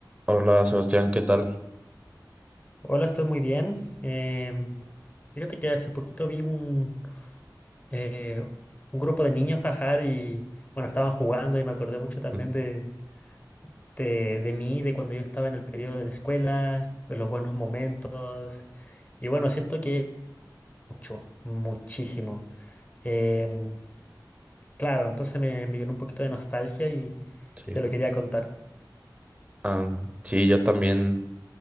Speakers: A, on the right; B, on the left.
A: Hola Sebastián, ¿qué tal?
B: Hola, estoy muy bien. Em, fíjate que hace poquito vi un, eh, un grupo de niños bajar y, bueno, estaban jugando y me acordé mucho también
A: <laughs>
B: de, de, de mí, de cuando yo estaba en el periodo de la escuela, de los buenos momentos. Y bueno, siento que mucho, muchísimo. Em, claro, entonces me, me llenó un poquito de nostalgia y,
A: Sí.
B: y te lo quería contar.
A: Ah, sí, yo también.